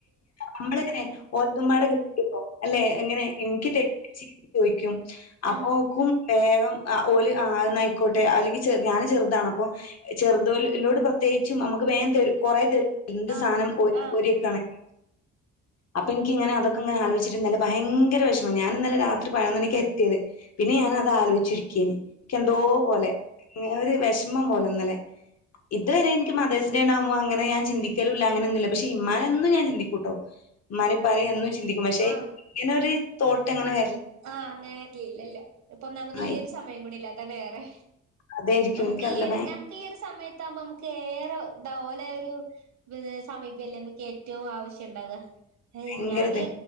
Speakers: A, on the left (about 55°); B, on the right (about 65°).
A: നമ്മളിങ്ങനെ ഓത കട്ട അല്ലെ എങ്ങനെ എനിക്ക് ത ചോദിക്കും അപ്പക്കും
B: ഉം
A: വേഗം ഓല ആന്ന ആയിക്കോട്ടെ അല്ലെങ്കിൽെ ഞാാന് ചെറുതാണ് അപ്പ ചെറുതോലോട് പ്രത്യേകിച്ചും നമുക്ക് വേ കൊറ എന്ത്
B: ആഹ്
A: സാധനം ഓ
B: ആഹ്
A: രിയ ഒക്കെ ആണ <inaudible> അപ്പൊ എനിക്ക് ഇങ്ങനെ അതൊക്കെങ്ങനെ ആലോചിുന്നില്ല ഭയങ്കര വിഷമ - ഞാന ഇന്നലെത്രി പതിനൊന്നണക്ക് കിയത് പിന്നെ ഞാാന അത് ആലോചിച്ചിരിക്കേന് ന്തോ പോലെ ഒരു- വിഷമം പോലെന്നല്ലെ ഇതുവരെ എനിക്ക് മേഴ്സ് ഡേണ്ടാവുമ്പോ അങ്ങനെ ഞാൻ ചിന്തിക്കലില്ലല്ല അങ്ങനെയന്നില്ല പക്ഷെ ഇമാനൊും ഞാൻ ചിന്ക്കൂട്ടോ മരെ പറയ എന്ന- ചിന്തിക്കുമ മക്ഷേ
B: ആഹ്
A: നൊരു- തോട്ട എങ്ങനെത്തും
B: ആഹ് അങ്ങനെരില്ലല്ലേ ഇപ്പൊ നാമത്
A: ആ
B: ഈ
A: ഇപ്പ
B: ഒരു സമയം കൂടി എന്താ വേറെ
A: അതായിരിക്കും
B: നമുക്ക്
A: എനിക്കറിയില്ല
B: ഈ ഒരു
A: ഭയ
B: നമുക്ക് ഈ ഒരു സമയത്ത ആകുമ്പോ ഏറെ ഇതുപോലെ ഒരു സമീപല്ലേ കേ- ഏറ്റവും ആവശ്യംുണ്ടാവ
A: ഭയങ്കര
B: ഞാന്
A: ഇത്